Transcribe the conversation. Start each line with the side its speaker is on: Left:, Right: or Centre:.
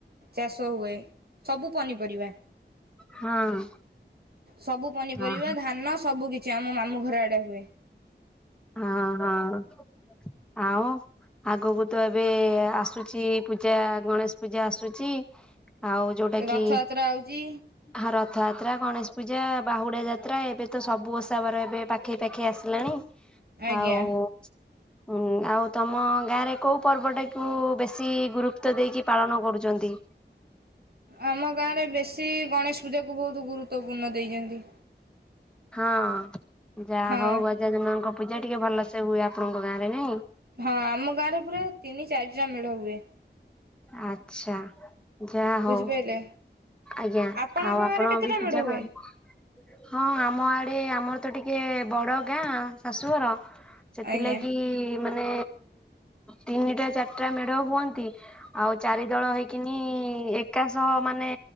Right: ଚାଷ ହୁଏ। ସବୁ ପନିପରିବା।
Centre: ହଁ।
Right: ସବୁ ପନିପରିବା
Centre: ହଁ
Right: ଧାନ ସବୁ କିଛି ଆମ ମାମୁଁ ଘର ଆଡେ ହୁଏ।
Centre: ହଁ ହଁ। ଆଉ ଆଗକୁ ତ ଏବେ ଆସୁଚି ପୂଜା ଗଣେଶ ପୂଜା ଆସୁଚି ଆଉ ଯୋଉଟା
Right: ରଥଯାତ୍ରା
Centre: କି
Right: ଆଉଛି
Centre: ହା ରଥଯାତ୍ରା, ଗଣେଶ ପୂଜା, ବାହୁଡା ଯାତ୍ରା ଏବେ ତ ସବୁ ଅସା ବାର ଏବେ ପାଖେଇ ପାଖେଇ ଆସିଲାଣି।
Right: ଆଜ୍ଞା।
Centre: ଆଉ ହୁଁ ଆଉ ତମ ଗାଁରେ କୋଉ ପର୍ବ ଟାକୁ ବେଶୀ ଗୁରୁତ୍ୱ ଦେଇକି ପାଳନ କରୁଛନ୍ତି?
Right: ଆମ ଗାଁରେ ବେଶୀ ଗଣେଶ ପୂଜାକୁ ବହୁତ ଗୁରୁତ୍ୱପୂର୍ଣ୍ଣ ଦେଇଛନ୍ତି।
Centre: ହଁ ଯାହା
Right: ହଁ।
Centre: ହଉ ଗଜାନନଙ୍କ ପୂଜା ଟିକେ ଭଲସେ ହୁଏ ଆପଣଙ୍କ ଗାଁରେ ନାଇଁ?
Right: ହଁ ଆମ ଗାଁରେ ପୁରା ତିନି ଚାରିଟା ମେଢ଼ ହୁଏ।
Centre: ଆଚ୍ଛା। ଯା ହଉ
Right: ବୁଝିପାରିଲେ।
Centre: ଆଜ୍ଞା
Right: ଆପଣଙ୍କ
Centre: ଆଉ ଆପଣ
Right: ଗାଁରେ କେତେଟା
Centre: ବି
Right: ମେଢ
Centre: ପୂଜା
Right: ହୁଏ
Centre: କରନ୍ତି। ହଁ ଆମ ଆଡେ ଆମର ତ ଟିକେ ବଡ ଗାଁ ଶାଶୁଘର। ସେଥିଲାଗି
Right: ଆଜ୍ଞା
Centre: ମାନେ ତିନିଟା ଚାରିଟା ମେଢ ହୁଅନ୍ତି। ଆଉ ଚାରି ଦଳ ହେଇକିନି ଏକା ସହ ମାନେ